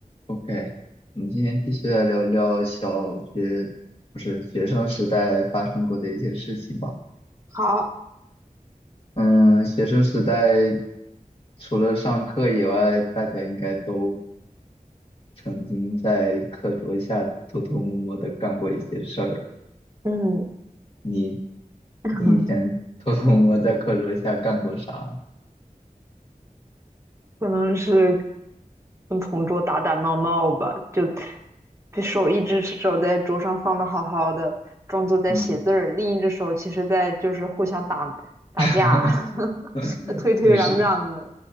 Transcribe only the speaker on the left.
OK，我们今天继续来聊聊小学，不是学生时代发生过的一些事情吧。
嗯，学生时代除了上课以外，大家应该都曾经在课桌下偷偷摸摸的干过一些事儿。
你，
你以前偷偷摸摸在课桌下干过啥？
嗯，
<laughs>
确实，